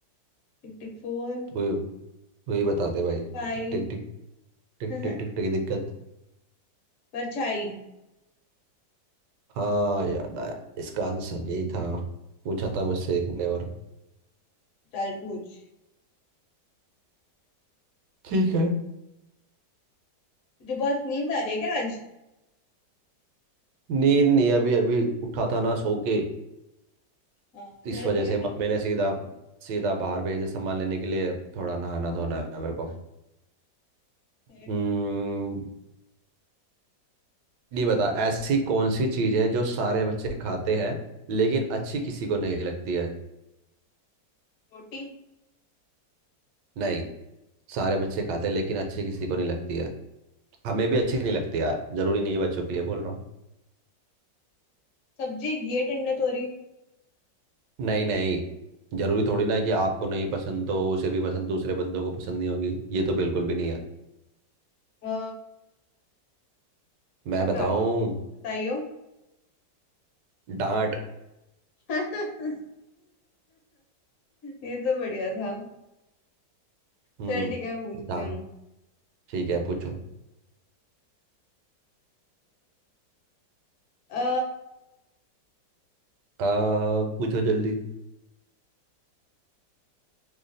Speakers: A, on the left; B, on the right.
A: tick tick four
B: तो वही बताते भाई
A: tick five
B: टिक टिक टिक टिक
A: <laughs>
B: टिक टिक टिक दिक्कत
A: परछाई
B: हाँ याद आया इसका आंसर यही था पूछा था मुझसे एक ने और
A: चल पूछ
B: ठीक है
A: तुझे बहुत नींद आ रही है क्या आज
B: नींद नहीं अभी अभी उठा था ना सो के
A: हाँ चल
B: इस वजह
A: कोई
B: से
A: नहीं
B: मम्मी ने सीधा सीधा बाहर भेजे सामान लेने के लिए अब थोड़ा नहाना धोना है मेरे को
A: चल
B: हम्म,
A: ठीक है
B: ये बता ऐसी कौन सी चीज है जो सारे बच्चे खाते हैं लेकिन अच्छी किसी को नहीं लगती है
A: रोटी
B: नहीं सारे बच्चे खाते हैं लेकिन अच्छी किसी को नहीं लगती है हमें भी अच्छी नहीं लगती यार जरूरी नहीं है बच्चों के लिए बोल रहा हूँ
A: सब्जी घी टंडे तोरी
B: नहीं नहीं जरूरी थोड़ी ना है कि आपको नहीं पसंद तो उसे भी पसंद दूसरे बंदों को पसंद नहीं होगी ये तो बिल्कुल भी नहीं है
A: अ, इसका
B: मैं बताऊं
A: क्या होगा बताइयो
B: डांट
A: <laughs> ये तो बढ़िया था
B: हम्म
A: चल ठीक है मैं पूछती
B: डांट
A: हूँ
B: ठीक है पूछो
A: अ
B: आ पूछो जल्दी